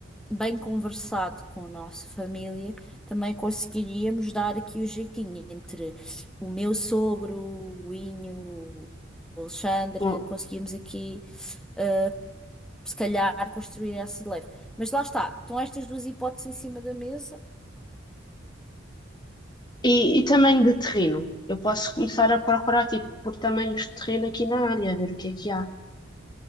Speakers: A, in the centre; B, on the left.
A: bem conversado com a nossa família, também conseguiríamos dar aqui o jeitinho entre o meu sogro, o Inho, o Alexandre,
B: Bom,
A: conseguimos aqui, eh, se calhar, construir essa leve. Mas lá está, estão estas duas hipóteses em cima da mesa.
B: E, e tamanho de terreno? Eu posso começar a procurar, tipo, por tamanhos de terreno aqui na área, ver o que é que há.